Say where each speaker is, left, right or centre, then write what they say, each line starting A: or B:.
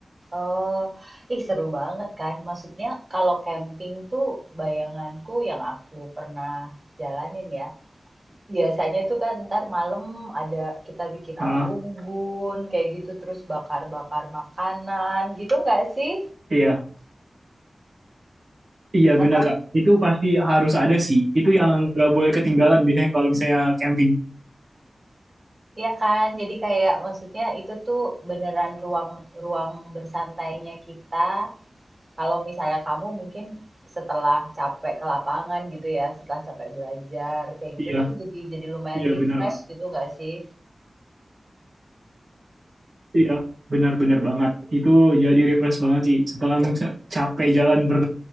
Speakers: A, on the right; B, on the right.
A: Oh, ih seru banget kan? Maksudnya kalau camping tuh bayanganku yang aku pernah jalanin ya, Biasanya tuh kan ntar malam ada kita bikin
B: ah
A: api unggun kayak gitu terus bakar-bakar makanan gitu nggak sih?
B: iya iya
A: Atau
B: benar kak itu pasti harus ada sih itu yang nggak boleh ketinggalan biasanya kalau misalnya camping
A: ya kan? Jadi kayak maksudnya itu tuh beneran ruang ruang bersantainya kita. Kalau misalnya kamu mungkin setelah capek ke lapangan gitu ya, setelah capek belajar kayak
B: iya
A: gitu tuh jadi jadi lumayan
B: iya
A: refresh
B: benar kak
A: gitu nggak sih?
B: iya benar-benar banget itu jadi refresh banget sih setelah misalnya capek jalan ber